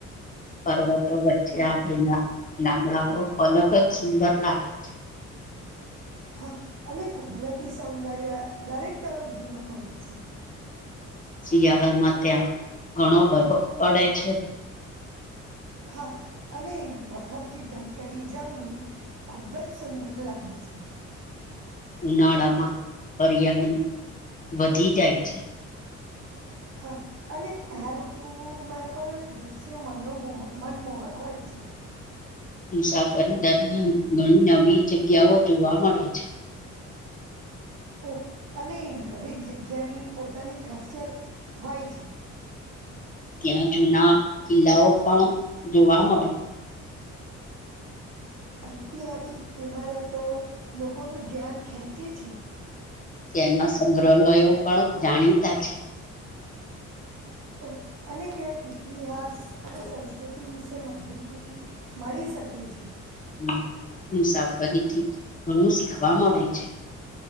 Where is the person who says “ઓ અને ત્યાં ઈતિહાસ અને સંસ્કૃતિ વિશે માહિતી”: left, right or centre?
Right